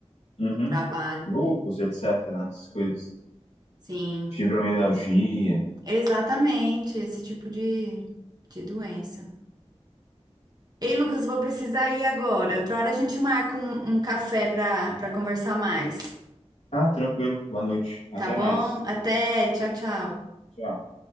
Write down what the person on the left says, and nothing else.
Uhum.
Lúpus, etc. As coisas.
Fibromialgia,
Ah, tranquilo. Boa noite. Até
mais.
Tchau.